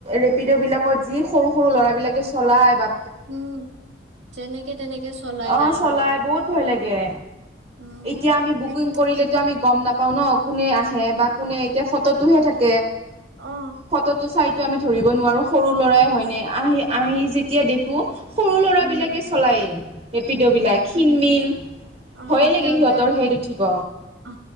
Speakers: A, on the right; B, on the right.
A: ৰেপিড' বিলাকত যি সৰু সৰু ল'ৰাবলাকে চলাই বা
B: উম যেনেকে তেনেকে চলাই
A: অ
B: গাড়ী
A: চলাই
B: বিলাক
A: বহুত ভয় লাগে
B: উম
A: এতিয়া আমি বুকিং
B: এদিন
A: কৰিলেেতো আমি গম নাপাওঁ ন কোনে আহে বা কোনে এতিয়া ফটোটোহে থাকে । এক
B: অ
A: ফতটো চাই আমি ধৰিব নোৱাৰোঁ সৰু ল'ৰাই হয়নে আহি আহি যেতিয়া দেখো সৰু ল'ৰাবিলাকে
B: উম
A: চলায় ৰেপিড'বিলাক
B: উম
A: ক্ষীণমিল
B: অ
A: ভয়ে লাগে
B: সিহঁতে
A: সিহঁতৰ হেত উঠিব
B: অ